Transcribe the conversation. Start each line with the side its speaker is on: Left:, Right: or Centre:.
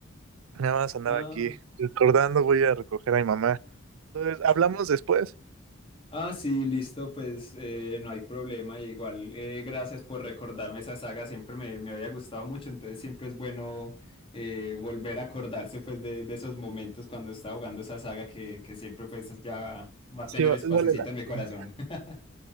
Right: Nada más andaba
Left: Ah,
Right: aquí recordando, voy a recoger a mi mamá. Entonces, hablamos después.
Left: ah sí, listo, pues eh, no hay problema. Y igual, eh, gracias por recordarme esa saga, siempre me, me había gustado mucho, entonces siempre es bueno eh, volver a acordarse pues de, de esos momentos cuando estaba jugando esa saga que, que siempre pues ya va a
Right: Sí,
Left: tener
Right: va-
Left: espacito
Right: vale la
Left: en mi corazón.
Right: pena.
Left: <laughs>